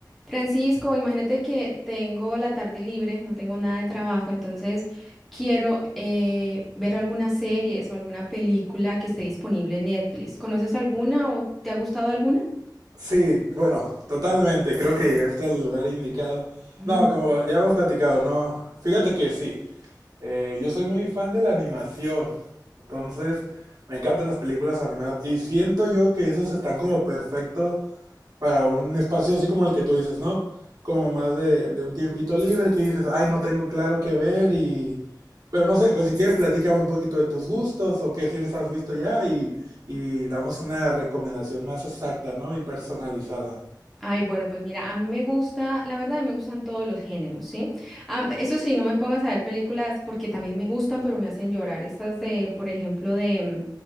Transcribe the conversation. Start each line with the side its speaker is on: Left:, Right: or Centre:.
Centre: Francisco, imagínate que tengo la tarde libre, no tengo nada de trabajo, entonces quiero eh, ver algunas series o alguna película que esté disponible en Netflix. ¿Conoces alguna o te ha gustado alguna?
Right: Sí, bueno, totalmente, creo que llegaste al lugar indicado.
Centre: <laughs>
Right: No, como ya hemos platicado, no. Fíjate que sí, eh, yo soy muy fan de la animación, entonces me encantan las películas animadas y siento yo que esos están como perfectos para un espacio así como el que tú dices, ¿no? Como más de, de un tiempito libre que dices, ay, no tengo claro qué ver y... Pero no sé, pues si quieres platícame un poquito de tus gustos o qué series has visto ya y, y damos una recomendación más exacta, ¿no? Y personalizada.
Centre: Ay, bueno, pues mira, a mí me gusta, la verdad, a mí me gustan todos los géneros, ¿sí? Am- eso sí, no me pongas a ver películas porque también me gustan, pero me hacen llorar. Esas de, por ejemplo, de,